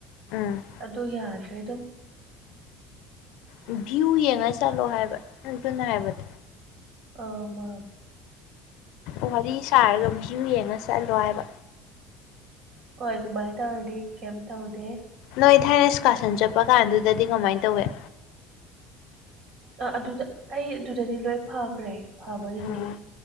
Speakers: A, on the left (about 75°); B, on the right (about 65°).
A: ꯎꯝ
B: ꯑꯗꯨ ꯌꯥꯗ꯭ꯔꯦ ꯑꯗꯨꯝ
A: ꯎꯝ ꯚ꯭ꯌꯨ ꯌꯦꯡꯉꯒ ꯆꯠꯂꯣ ꯍꯥꯏꯕ ꯑꯗꯨꯅ ꯍꯥꯏꯕꯗ
B: ꯑ ꯃꯥ
A: ꯋꯥꯔꯤ ꯁꯥꯔꯒ ꯚ꯭ꯌꯨ ꯌꯦꯡꯉ ꯆꯠꯂꯣ ꯍꯥꯏꯕ
B: ꯍꯣꯏ ꯗꯨꯃꯥꯏ ꯇꯧꯔꯗꯤ ꯀꯦꯝ ꯇꯧꯗꯦ
A: ꯅꯣꯏ ꯊꯥꯏꯅ ꯁ꯭ꯀꯥꯁꯟ ꯆꯠꯄ ꯀꯥꯟꯗꯨꯗꯗꯤ ꯀꯃꯥꯏꯅ ꯇꯧꯏ
B: ꯑ ꯑꯗꯨꯗ ꯑꯩ ꯑꯗꯨꯗꯗꯤ ꯂꯣꯏ ꯐꯈ꯭ꯔꯦ ꯐꯕꯒꯤꯗꯤ
A: ꯎꯝ